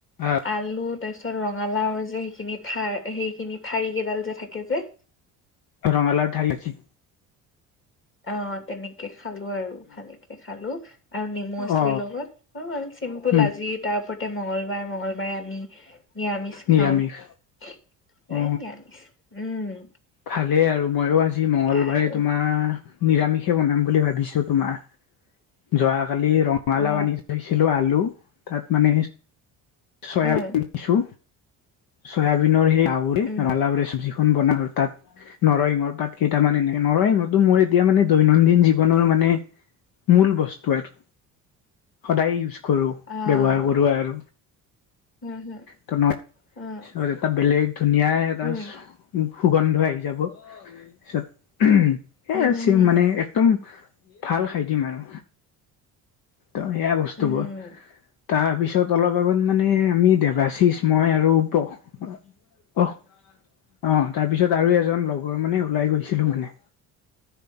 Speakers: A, on the left; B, on the left.
A: আহ
B: আলু তাৰ পিছত ৰঙালাওৰ যে সেইখিনি থাৰ সেইখিনি ঠাৰি কেইডাল যে থাকে যে।
A: ৰঙালাও ঠাৰি কি
B: অ', তেনেকে খালো আৰু ভালকে খালো। আৰু নেমু আছিলে
A: অ
B: লগত, হৈ গল চিম্পুল
A: উম
B: আজি তাৰ মংগলবাৰ মঙ্গলবাৰে আমি নিৰামিষ
A: নিৰামিষ
B: খাওঁ। এই
A: অ
B: নিৰামিষ। উম',।
A: ভালেই আৰু ময়ো আজি
B: সেয়া
A: মঙ্গলবাৰে
B: আৰু
A: তোমাৰ, নিৰামিষে বনাম বুলি ভাবিছোঁ তোমাৰ যোৱাকালি ৰঙালাও
B: অ
A: আনি থৈছিলো আলু তাত মানে চয়াবিন
B: উম
A: দিছো, চয়াবিনৰ সেই লাউৰে
B: উম
A: ৰঙালাওৰে চবজি খন বনালোঁ তাত নৰসিংহৰ পাত কেইটামান এনেকে, নৰসিংহতো মোৰ এতিয়া মানে দৈনন্দিন জীৱনৰ মানে মূল বস্তু আৰু, সদায় ইউজ কৰোঁ
B: আহ
A: ব্যৱহাৰ কৰোঁ আৰু।
B: উম
A: ত' ন'
B: হম
A: পিছত এটা বেলেগ ধুনীয়াই এটা
B: উম
A: সুগন্ধ আহি যাব পিছত সেয়াই
B: উম উম হম
A: চিম
B: হম
A: মানে একদম ভাল খাই দিম আৰু ত'সেয়া বস্তুবোৰ।
B: উম
A: তাৰ পিছত অলপ আগত মানে, আমি দেবাশিচ মই আৰু প অ', অ', তাৰপিছত আৰু এজন লগৰ মানে ওলাই গৈছিলো মানে।